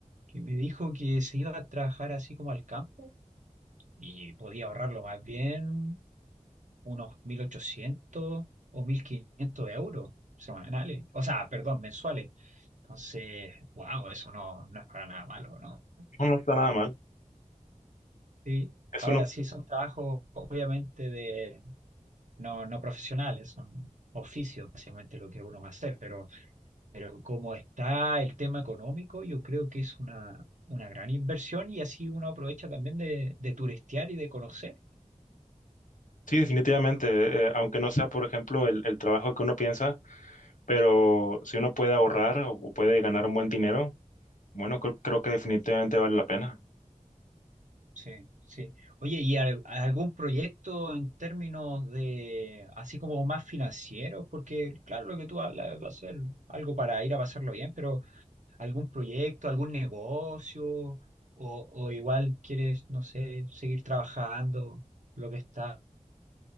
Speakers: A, on the right; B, on the left.
A: que me dijo que se iba a trabajar así como al campo y podía ahorrarlo más bien unos 1.800 o 1.500 euros semanales, o sea, perdón, mensuales. Entonces, wow, eso no, no es para nada malo, ¿no?
B: no, no está nada mal.
A: Sí,
B: Es
A: ahora
B: uno,
A: sí son trabajos obviamente de no, no profesionales, son oficios básicamente lo que uno va a hacer, pero, pero como está el tema económico, yo creo que es una, una gran inversión y así uno aprovecha también de, de turistear y de conocer.
B: sí, definitivamente, eh, aunque no sea, por ejemplo, el, el trabajo que uno piensa, pero si uno puede ahorrar o, o puede ganar un buen dinero, bueno, creo, creo que definitivamente vale la pena.
A: Sí, sí. Oye, ¿y al- algún proyecto en términos de, así como más financieros? Porque, claro, lo que tú hablas va a ser algo para ir a pasarlo bien, pero ¿algún proyecto, algún negocio? O, o igual quieres, no sé, seguir trabajando lo que está.